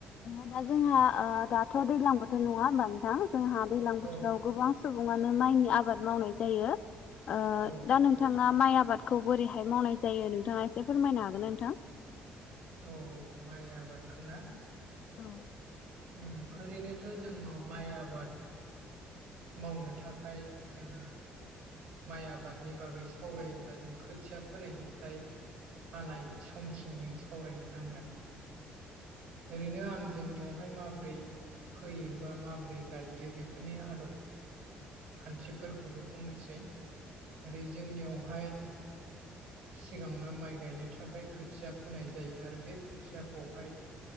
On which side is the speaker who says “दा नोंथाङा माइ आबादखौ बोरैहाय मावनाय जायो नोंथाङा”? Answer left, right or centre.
Left